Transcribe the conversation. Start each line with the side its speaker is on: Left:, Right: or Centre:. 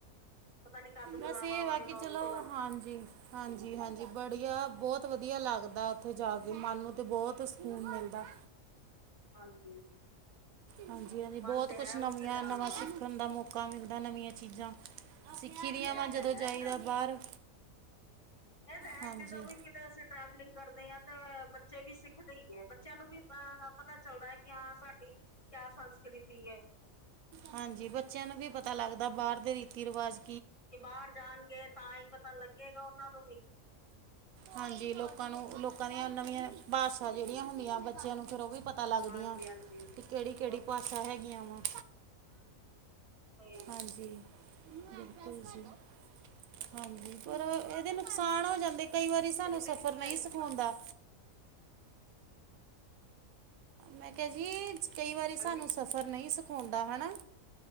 Left: ਪਤਾ ਨੀ ਕਦ
Right: ਬਸ
Left: ਬੁਲਾਵਾ
Right: ਇਹ
Left: ਹੋਏਗਾ
Right: ਵਾ ਕੀ,
Left: ਉੱਥੋਂ
Right: ਚਲੋ,
Left: ਦਾ
Right: ਹਾਂਜੀ। ਹਾਂਜੀ-ਹਾਂਜੀ, ਬੜੀਆ, ਬਹੁਤ ਵਧੀਆ ਲੱਗਦਾ ਉੱਥੇ ਜਾਕੇ, ਮਨ ਨੂੰ ਤੇ, ਬਹੁਤ ਸਕੂਨ ਮਿਲਦਾ।
Left: ਹਾਂਜੀ।
Right: ਹਾਂਜੀ-ਹਾਂਜੀ, ਬਹੁਤ
Left: ਮਨ ਤੇ ਹੈ
Right: ਕੁਛ ਨਵੀਆਂ,
Left: ਉੱਥੇ ਜਾਣ
Right: ਨਵਾਂ ਸਿੱਖਣ ਦਾ ਮੌਕਾ ਮਿਲਦਾ, ਨਵੀਆਂ ਚੀਜ਼ਾਂ। ਸਿੱਖੀ ਦੀਆਂ
Left: ਇਹ
Right: ਵਾ, ਜਦੋਂ
Left: ਤਾਂ ਹੈ
Right: ਜਾਈਦਾ
Left: ਗੱਲ
Right: ਬਾਹਰ।
Left: ਇਹ ਤਾਂ ਹੈ,
Right: ਹਾਂਜੀ
Left: ਜਦੋਂ ਵੀ ਕਿਤੇ ਅਸੀਂ ਟਰੈਵਲਿੰਗ ਕਰਦੇ ਆ, ਤਾਂ, ਬੱਚੇ ਵੀ ਸਿੱਖਦੇ ਈ, ਐ। ਚਿਆ ਨੁੰ ਵੀ, ਅ ਪਤਾ ਚੱਲਦਾ ਐ, ਕਿ ਹਾਂ ਸਾਡੀ ਕਿਆ ਸੰਸਕ੍ਰਿਤੀ ਏ।
Right: ਹਾਂਜੀ, ਬੱਚਿਆਂ ਨੂੰ ਵੀ ਪਤਾ ਲੱਗਦਾ ਬਾਹਰ ਦੇ ਰੀਤੀ-ਰਿਵਾਜ਼।
Left: ਕਿ ਬਾਹਰ ਜਾਣਗੇ ਤਾਂ, ਈ ਪਤਾ ਲੱਗੇਗਾ ਉਹਨਾਂ ਨੂੰ ਵੀ।
Right: ਹਾਂਜੀ, ਲੋਕਾਂ ਨੂੰ ਲੋਕਾਂ ਦੀਆਂ ਨਵੀਆਂ ਭਾਸਾ ਜਿਹੜੀਆਂ ਹੁੰਦੀਆਂ, ਬੱਚਿਆਂ ਨੂੰ ਫੇਰ ਉਹ ਵੀ ਪਤਾ ਪਤਾ ਲੱਗਦੀਆਂ
Left: ਹਾਂਜੀ ਹਾਂਜੀ
Right: ਕਿ, ਕਿਹੜੀ-ਕਿਹੜੀ
Left: ਉਹ
Right: ਭਾਸ਼ਾ ਹੈਗੀਆਂ ਵਾ।
Left: ਹੋਏਗਾ।
Right: ਹਾਂਜੀ, ਬਿਲਕੁਲ ਜੀ। ਹਾਂਜੀ ਪਰ ਅ ਇਹਦੇ ਨੁਕਸਾਨ ਹੋ ਜਾਂਦੇ, ਕਈ ਵਾਰੀ ਸਾਨੂੰ
Left: ਕਿਤੇ
Right: ਸਫ਼ਰ
Left: ਨੀ ਸੀਗਾ
Right: ਨਹੀਂ
Left: ਘੁੰਮਣ
Right: ਸਖਾਉਂਦਾ। ਮੈਂ ਕਿਆ ਜੀ। ਕਈ ਵਾਰੀ ਸਾਨੂੰ
Left: ਹਾਂਜੀ
Right: ਸਫ਼ਰ ਨਹੀਂ ਸਿਖਾਉਂਦਾ ਹਨਾ।